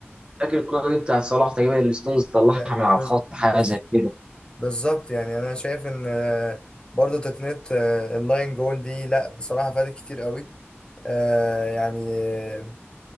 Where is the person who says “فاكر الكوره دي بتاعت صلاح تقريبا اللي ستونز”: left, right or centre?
Right